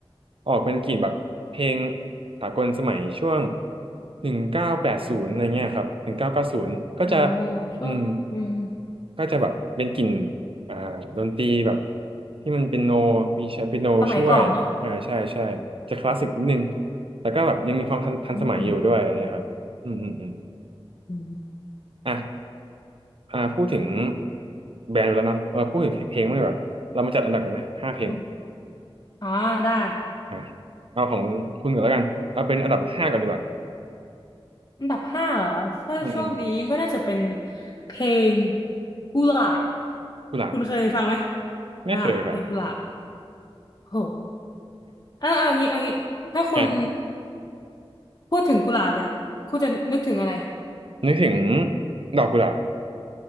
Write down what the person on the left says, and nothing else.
โอ้ช่วงอืม
สมัยก่อนเนาะ
อืมอืมอื
มอ่าได้
อันดับห้าเหรอถ้าช่วงนี้ก็น่าจะเป็น
เพลงกุหลาบ
คุณเคยฟังไหม
อ่าเพลงกุหลาบโอ้โหอ่าอ่าอย่างงี้เอ่างี้ถ้าคุณ
พูดถึงกุหลาบเนี่ยคุณจะนึกถึงอะไร